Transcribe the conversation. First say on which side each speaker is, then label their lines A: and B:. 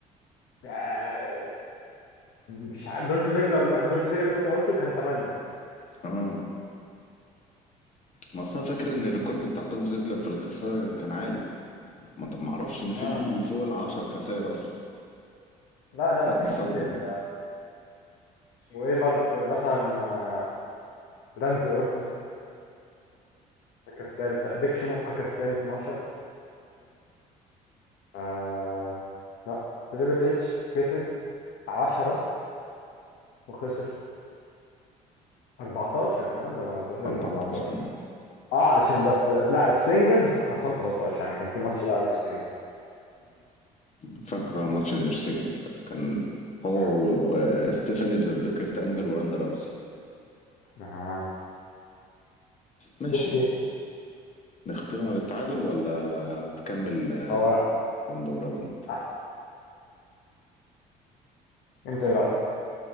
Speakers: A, on the left; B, on the left.
A: آه، مش عارف دولف زيجلر دولف زيجلر اللي انت قلته كان 8
B: اه ما أصل أنا فاكر ان الريكورد بتاع تولف زيجلر في الخسائر كان عالي ما طب ما اعرفش ان في
A: اه
B: فوق ال 10 خسائر اصلا
A: لا ده
B: لا
A: في
B: دي صدمه
A: كتير
B: دي
A: ده اسمه ايه برضو آه، مثلا آه، راندي اورتن مركز تالت بيك شو مركز تاني 12 آه لا تريبل اتش كسب 10 وخسر 14 كمان ده ما ظهر
B: 14
A: ان 14 اه علشان بس ده. لا السنجلز خسران 13 يعني كان في ماتش بقى مش سنجل
B: فاكره الماتش اللي مش سنجلز ده كان هو
A: آه.
B: وستيفاني ضد كيرت انجل وراندا راوسي
A: آه.
B: ماشي
A: اوكي
B: نختمها بالتعادل ولا تكمل آه،
A: هو
B: راوند وراوند
A: آه. انت ايه رايك؟